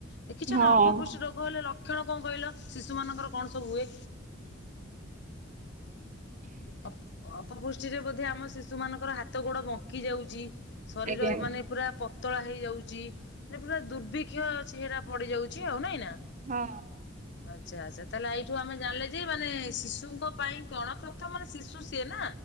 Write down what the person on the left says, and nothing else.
ଦେଖିଚ
ନା ଅପପୃଷ୍ଟି ରୋଗ ହେଲେ ଲକ୍ଷଣ କଣ କହିଲ ଶିଶୁ ମାନଙ୍କର କଣ ସବୁ ହୁଏ? ଅପପୁଷ୍ଟିରେ ବୋଧେ ଆମ ଶିଶୁ ମାନଙ୍କର ହାତ ଗୋଡ଼ ବଙ୍କି ଯାଉଚି। ଶରୀର
ମାନେ ପୁରା ପ ପତଳା ହେଇଯାଉଚି ପୁରା ଦୁର୍ବିକ୍ଷ ଚେହେରା ପଡି ଯାଉଚି ଆଉ ନାଇଁ ନା।
ଆଛା ଆଚ୍ଛା ତାହେଲେ ଏଇଠୁ ଆମେ ଜାଣିଲେ ଯେ ମାନେ ଶିଶୁଙ୍କ ପାଇଁ କଣ କ ମାନେ ଶିଶୁ ସିଏ ନା।